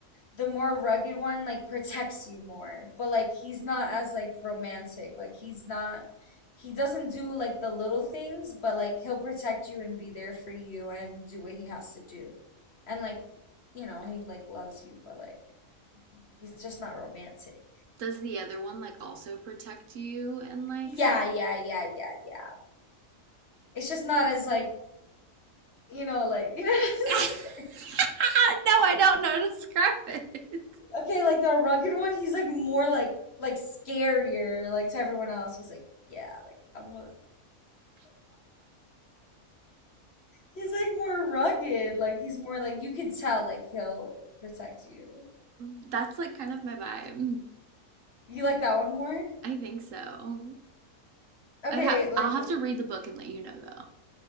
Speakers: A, on the left (about 50°); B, on the right (about 65°).
A: the more rugged one like protects you more, but like he's not as like romantic. Like he's not he doesn't do like the little things, but like he'll protect you and be there for you and do what he has to do. And like, you know, he like loves you, but like he's just not romantic.
B: Does the other one like also protect you and like
A: Yeah,
B: stuff?
A: yeah, yeah, yeah, yeah. It's just not as like, you know, like, you know
B: <laughs> no,
A: <laughs>
B: I don't know how to describe it.
A: Okay, like the rugged one, he's like more like like scarier like to everyone else. He's like, yeah, like I'm gonna He's like more rugged. Like he's more like you can tell like he'll protect you.
B: That's like kind of my vibe.
A: You like that one more?
B: I think so.
A: Okay,
B: I'd have
A: like
B: I'll have to read the book and let you know though.